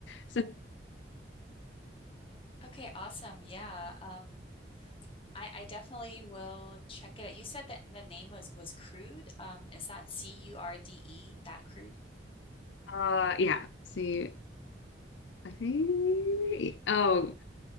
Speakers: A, on the left (about 80°); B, on the left (about 30°).
A: So
B: Okay, awesome. Yeah. Um, I, I definitely will check it out. You said that the name was was Crude. Um, is that C-U-R-D-E, that Crude?
A: uh, yeah. So I think oh,